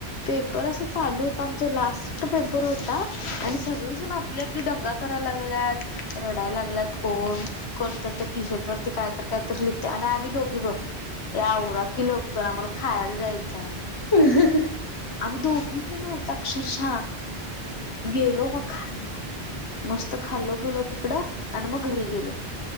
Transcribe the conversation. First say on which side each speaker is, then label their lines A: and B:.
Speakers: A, on the left; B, on the left.
A: पेपर अस चालू होता, आमच्या लास्ट पेपर होता आणि सगळेजण आपले आपली दंगा करायला लागल्यात. रडायला लागलात कोण कोणतर त्या टी-शर्ट वरती कायतर कायतर लिहता आणि आम्ही दोघी बघं ये आवरा की लवकर आम्हाला खायला जायचं आहे.
B: अं, हं, हं
A: आम्ही दोघी ना अक्षरशः गेलो मग खाय मस्त खाल्लो, पिलो तिकडं आणि मग घरी गेलो.